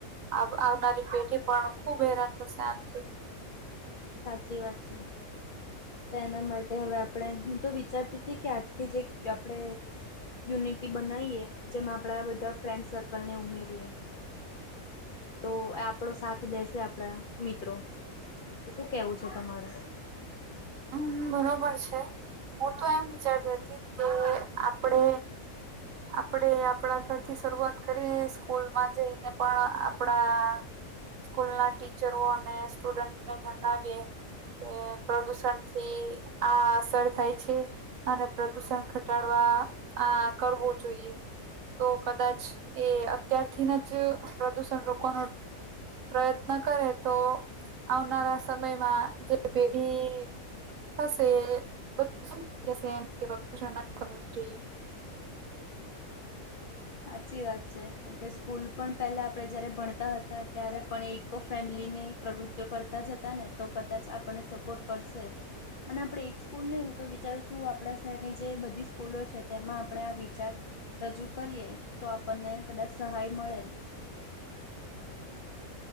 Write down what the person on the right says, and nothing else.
આવ આવનારી પેઢી પણ ખુબ હેરાન થશે આનથી.
હા <unintelligible> બરોબર છે હું તો એમ વિ વિચાર તી કે આપણે આપણે આપણા ઘરથી શરૂઆત કરી સ્કૂલમાં જઈને પણ આ આપડા સ્કૂલના ટિચરો અને સ્ટુડન્ટને જણાવીએ કે પ્રદુષણ થી આ અસર થાય છે. અને પ્રદુષણ ઘટાડવા આ કરવો જોઈએ. તો કદાચ એ અત્યાર <unintelligible> પ્રદુષણ રોકવાનો પ્રયત્ન કરે તો આવનારા સમયમાં જે પેઢી <inaudible>